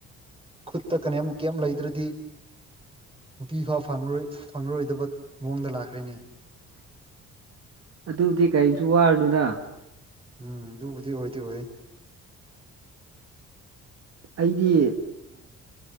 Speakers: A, on the right; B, on the right.
A: ꯈꯨꯠꯇ ꯀꯅꯝ ꯀꯦꯝꯝ ꯂꯩꯗ꯭ꯔꯗꯤ ꯅꯨꯄꯤ ꯐꯥ ꯐꯪꯂꯉꯣꯏ ꯐꯪꯂꯉꯔꯣꯏꯗꯕ ꯃꯑꯣꯡꯗ ꯂꯥꯛꯈ꯭ꯦꯅꯦ
B: ꯑꯗꯨꯕꯨꯗꯤ ꯀꯔꯤꯝꯁꯨ ꯋꯥꯔꯨꯅꯨꯗ
A: ꯎꯝ ꯑꯗꯨꯕꯨꯗꯤ ꯑꯣꯏꯗꯤ ꯑꯣꯏ
B: ꯑꯩꯗꯤ